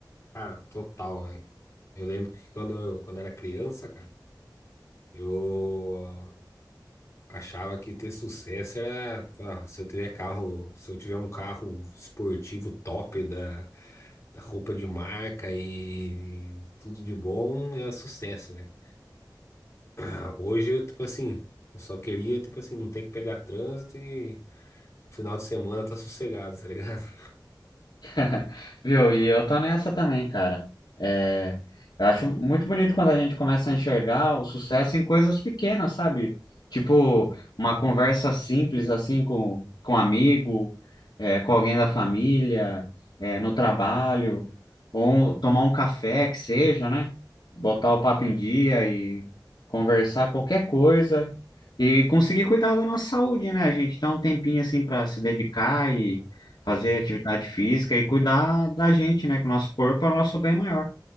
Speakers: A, on the left; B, on the left.
A: Cara, total, velho. Eu lembro que quando eu, quando eu era criança, cara, eu achava que ter sucesso era, ah, se eu tiver carro, se eu tiver um carro esportivo top da, da roupa de marca e tudo de bom, é sucesso, né? Ah, Hoje, eu, tipo assim, eu só queria, tipo assim, não ter que pegar trânsito e no final de semana tá sossegado, tá ligado? <laughs>
B: <laughs> Viu? E eu tô nessa também, cara. É, eu acho muito bonito quando a gente começa a enxergar o sucesso em coisas pequenas, sabe? Tipo, uma conversa simples assim com, com um amigo, é, com alguém da família, é, no trabalho, ou tomar um café que seja, né? Botar o papo em dia e conversar qualquer coisa. E conseguir cuidar da nossa saúde, né? A gente dá um tempinho assim para se dedicar fazer
A: Sim,
B: atividade física e cuidar da gente, né? Que o nosso corpo é o nosso bem maior.